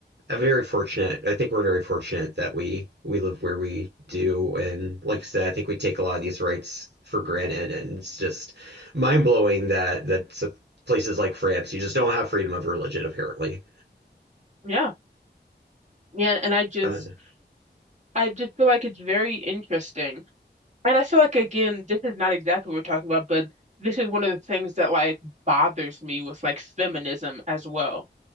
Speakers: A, on the right; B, on the right.
A: I'm very fortunate. I think we're very fortunate that we we live where we do, and like I said, I think we take a lot of these rights for granted, and it's just mind blowing that that s- places like France, you just don't have freedom of religion apparently.
B: Yeah. Yeah, and I just
A: Uh,
B: I just feel like it's very interesting. And I feel like again, this is not exactly what we're talking about, but this is one of the things that like bothers me with like feminism as well